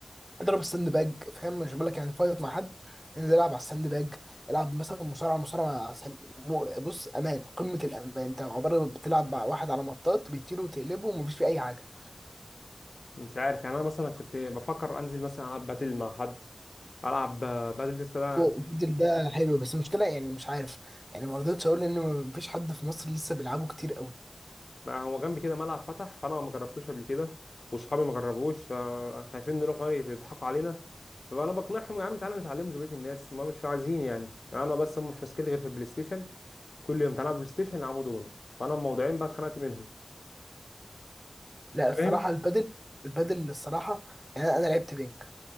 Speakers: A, on the right; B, on the left.
A: اضرب الساند باج فاهم مش بقول لك يعني فايت مع حد انزل العب على الساند باج العب مثلا مصارعه مصارعه سل... م... بص امان قمه الامان انت عباره بتلعب مع واحد على مطاط بيطير وتقلبه ومفيش فيه اي حاجه
B: مش عارف يعني انا مثلا كنت بفكر انزل مثلا العب باتل مع حد العب باتل لسه ده
A: البدل ده حلو بس المشكله يعني مش عارف يعني ما رضيتش اقول ان مفيش حد في مصر لسه بيلعبه كتير قوي
B: ما هو جنبي كده ملعب فتح فانا ما جربتوش قبل كده وصحابي ما جربوش فخايفين نروح هناك يضحكوا علينا فانا بقنعهم يا عم تعالى نتعلمه زي بقيه الناس ما مش عايزين يعني يعني انا بس هم مش ماسكين غير في البلاي ستيشن كل يوم تعالى بلاي ستيشن يلعبوا دومينو فانا الموضوعين بقى اتخنقت منهم
A: لا
B: فاهم
A: الصراحه البدل البدل الصراحه يعني انا لعبت بينج